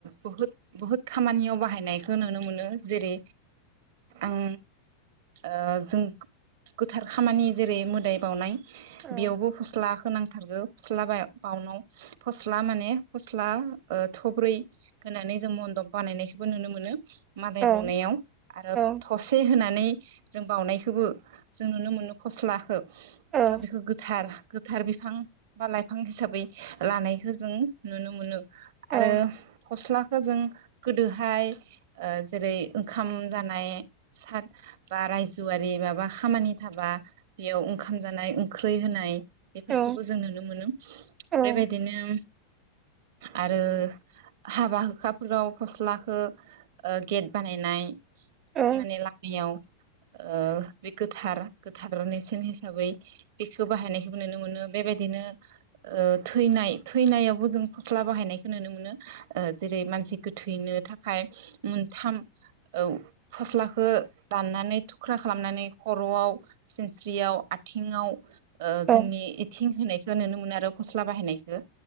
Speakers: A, on the right (about 55°); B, on the right (about 30°).
A: बहुद बुहुद खामानियाव बाहायनायखौ नुनो मोनो जेरै आं ओ जों गोथार खामानि जेरै मोदाय बावनाय
B: औ
A: बेयावबो फस्ला खौ नांथारगौ फस्ला बाउनाव फस्ला माने फस्ला ओ थब्रै होनानै जों मन्दप बानायनायखौबो नुनो मोनो मादाय
B: औ
A: बावनायाव आरो
B: औ
A: थसे होना नै जों बावनायखौबो जों नुनो मोनो फस्लाखौ
B: औ
A: दा बेखौ गोथार गोथार बिफां बा लाइफां हिसाबै लानायखौ जों नुनो मोनो
B: औ
A: आरो फस्लाखौ जों गोदोहाय ओ जेरै ओंखाम जानाय सार बा रायजोआरि माबा खामानि थाबा बेयाव ओंखाम जानाय ओंख्रै होनाय बेफोरखौबो
B: औ
A: जों नुनो मोनो बेबायदिनो
B: औ
A: आरो हाबा हुखाफोराव फस्लाखौ ओ गेट बानायनाय
B: औ
A: माने लामायाव ओ बे गोथार गोथार नेरसोन हिसाबै बेखौ बाहायनायखौबो नुनो मोनो बेबायदिनो ओ थैनाय थैनायावबो जों फ स्ला बाहायनायखौ नुनो मोनो ओ जेरै मानसि गोथैनो थाखाय मोनथाम औ फस्लाखौ दाननानै थुख्रा खालामनानै खर'आव सिनस्रियाव आथिङाव ओ जोंनि
B: औ
A: एथिं होनाय नुनो मोनो आरो फस्ला बाहायनाय- खो